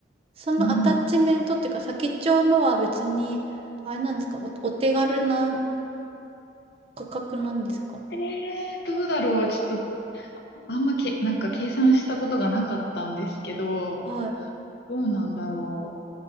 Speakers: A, on the right; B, on the left.
A: そのアタッチメントっていうか、
B: うん。
A: 先っちょのは別に、あれなんですか、お、お手軽な価格なんですか
B: えー、どうだろう。ちょっと、あんまけ、なんか計算したことがなかったんですけど、
A: はい。
B: どうなんだろう。